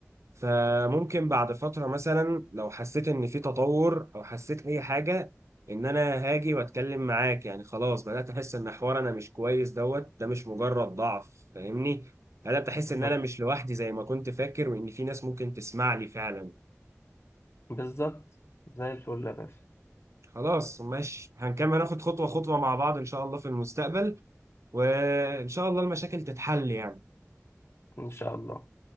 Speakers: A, on the right (about 65°); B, on the left (about 55°).
A: فممكن بعد فترة مثلا لو حسيت إن في تطور أو حسيت أي حاجة إن أنا هاجي وأتكلم معاك يعني خلاص بدأت أحس إن حوار أنا مش كويس دوت ده مش مجرد ضعف فاهمني بدأت أحس
B: مم.
A: إن أنا مش لوحدي زي ما كنت فاكر وإن في ناس ممكن تسمع لي فعلا
B: بالظبط زي الفل يا باشا
A: خلاص ماشي هنكمل ناخد خطوة خطوة مع بعض إن شاء الله في المستقبل وإن شاء الله المشاكل تتحل يعني
B: ان شاء الله